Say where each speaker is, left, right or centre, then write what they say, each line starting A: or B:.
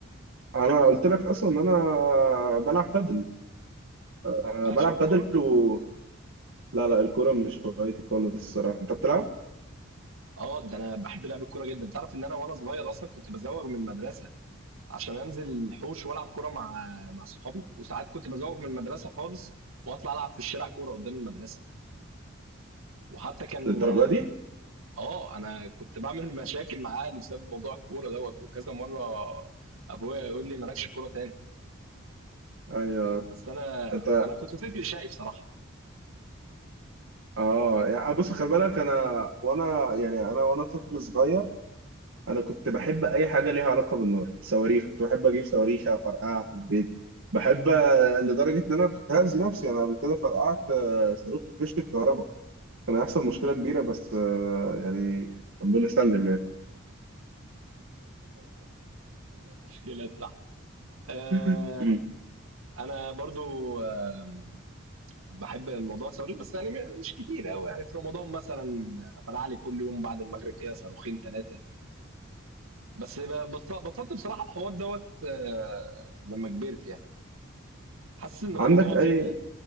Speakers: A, on the right; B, on the right.
A: انا قلت لك اصلا ان انا بلعب بادل آه،
B: مالكش
A: بلعب
B: في الكورة؟
A: بادل و لا لا الكوره مش هوايتي خالص الصراحه انت بتلعب
B: اه ده انا بحب لعب الكورة جدا تعرف ان انا وانا صغير اصلا كنت بزوغ من المدرسة عشان انزل الحوش والعب كورة مع مع صحابي وساعات كنت بزوغ من المدرسة خالص واطلع العب في الشارع كورة قدام المدرسة وحتى كان
A: للدرجه دي
B: اه انا كنت بعمل <laughs> مشاكل مع اهلي بسبب موضوع الكورة دوت وكذا مرة ابويا يقول لي مالكش كورة تاني
A: ايوه
B: بس انا
A: انت
B: انا كنت طفل شقي بصراحة
A: اه يعني بص خلي بالك انا وانا يعني انا وانا طفل صغير انا كنت بحب اي حاجه ليها علاقه بالنار صواريخ كنت بحب اجيب صواريخ افرقعها في البيت بحب آه، لدرجه ان انا كنت هأذي نفسي انا قبل كده فرقعت آه، صاروخ في فيشه الكهرباء كان هيحصل مشكله كبيره بس آه، يعني ربنا سلم يعني
B: <laughs> في البتاع آم،
A: <laughs>
B: انا برضو آم، بحب الموضوع الصاروخ بس يعني م- مش كتير قوي يعني في رمضان مثلا فلع لي كل يوم بعد المغرب كده صاروخين ثلاثه بس ب- بط- بطلت بصراحه الحوار دوت آه، لما كبرت يعني حاسس ان الموضوع
A: عندك اي
B: فيه